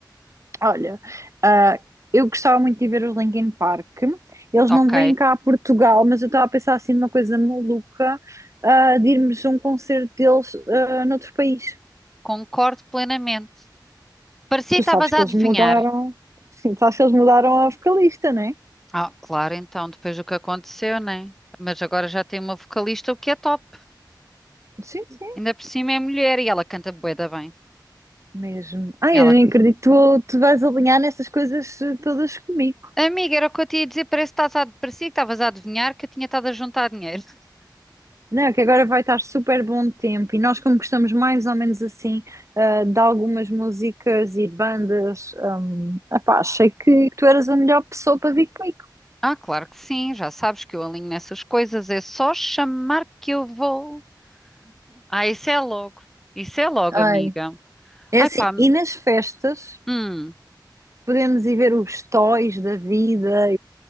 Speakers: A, on the right (about 40°); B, in the centre.
A: Olha, ah, eu gostava muito de ver os Linkin Park, eles
B: Ok,
A: não vêm cá a Portugal, mas eu estava a pensar assim numa coisa maluca, ah, de irmos a um concerto deles, ah, noutro país.
B: concordo plenamente. Parecia
A: Tu
B: que estavas
A: sabes
B: a
A: que eles
B: adivinhar.
A: mudaram, <laughs> sim, sabes que eles mudaram a vocalista, não é?
B: Ah, claro, então, depois do que aconteceu, né? Mas agora já tem uma vocalista, o que é top.
A: Sim, sim.
B: Ainda por cima é mulher e ela canta bué da bem.
A: Mesmo. Ai,
B: Ela,
A: eu nem acredito que tu, tu vais alinhar nessas coisas eh, todas comigo.
B: amiga, era o que eu te ia dizer, parece que estás a... parecia que estavas a adivinhar que eu tinha estado a juntar dinheiro. <laughs>
A: Não, que agora vai estar super bom tempo e nós, como gostamos mais ou menos assim, eh, de algumas músicas e bandas, hum, epá, achei que tu eras a melhor pessoa para vir comigo.
B: Ah, claro que sim, já sabes que eu alinho nessas coisas, é só chamar que eu vou. Ah, isso é logo, isso é logo,
A: Ai.
B: amiga.
A: É
B: Ai
A: assim,
B: pá,
A: e nas festas
B: hum.
A: podemos ir ver os toys da vida